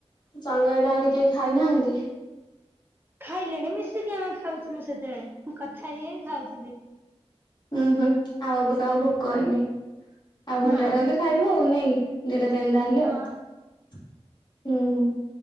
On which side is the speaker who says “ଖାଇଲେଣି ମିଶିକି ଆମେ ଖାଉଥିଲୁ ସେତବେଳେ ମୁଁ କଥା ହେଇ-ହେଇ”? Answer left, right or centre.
Right